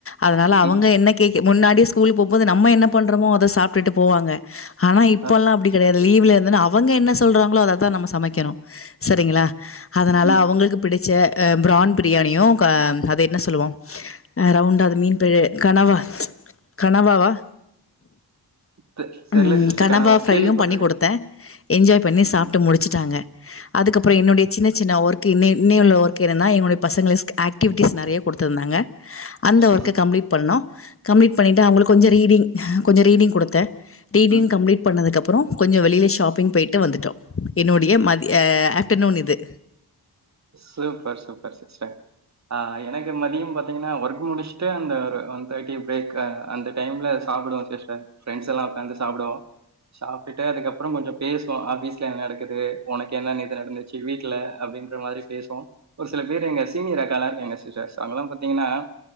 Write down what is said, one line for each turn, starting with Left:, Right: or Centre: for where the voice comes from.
Left: அதனால அவங்க
Right: ம்.
Left: என்ன கேட்க முன்னாடி ஸ்கூல் போம் போது நம்ம பண்றமோ அதை சாப்ட்டுட்டு போவாங்க ஆனா இப்பெல்லாம்
Right: அ,
Left: அப்படி கிடையாது லீவ்ல இருந்து அவங்க என்ன சொல்றாங்களோ அத தா நம்ம சமைக்கணும் சரிங்களா அதனால
Right: ம்.
Left: அவங்களுக்கு பிடிச்ச பிரான் பிரியாணியும் அத என்ன சொல்லுவோ அ ரவுண்ட அது மீன் கனவா கனவாவா
Right: தெ தெர்ல
Left: ம்
Right: சிஸ்டர்.
Left: கனவா
Right: ஆனா
Left: ஃப்ரையு
Right: கேள்விப்பட்டுருக்கேன்.
Left: பண்ணி கொடுத்த என்ஜாய் பண்ணி சாப்ட்டு
Right: ம்.
Left: முடிச்சுட்டாங்க அதுக்கப்புறோ என்னுடைய ச்சு நா ஒர்க் இ இன்னையுள்ள ஒர்க் என்னா எங்கடளுடைய பசங்கஸ்கல்சுக்கு ஆக்டிவிட்டிஸ் நெறைய குடுத்திருந்தாங்க அந்த
Right: சூப்பர்.
Left: ஒர்க்க கம்ப்ளீட் பண்னோ கம்ப்ளீட் பண்ணிட்டு அவங்களுக்கு கொஞ்சோ ரீடிங் கொஞ்சோ ரீடிங் குடுத்த ரீடிங்
Right: ம்.
Left: கம்ளீட் பண்ணதுக்கு அப் அப்புறோ கொஞ்சோ வெளில ஷாப்பிங் போயிட்டு வந்துட்டோ என்னுடைய மதிய அ ஆஃப்டர்நூன் இது
Right: சூப்பர் சூப்பர் சிஸ்டர் அ எனக்கு மதியம் பாத்தீங்கன்னா ஒர்க் முடிச்சுட்டு அந்த ஒரு ஒன் தேர்ட்டி பிரேக் அந்த டைம்ல சாப்பிடுவோ சிஸ்டர் ஃபிரெண்ட்ஸ் எல்லா உட்கார்ந்து சாப்பிடுவோ சாப்பிட்டுட்டு அதுக்கப்புறோ கொஞ்சோ பேசுவோ ஆபீஸ்ல என்ன நடக்குது உனக்கு என்ன நேத்து நடந்துச்சு வீட்ல அப்டின் அது மாரி பேசுவோ ஒரு சில பேர் எங்க சீனியர் அக்காலா இருக்காங்க சிஸ்டர் அவங்கள்ளா பாத்திங்கன்னா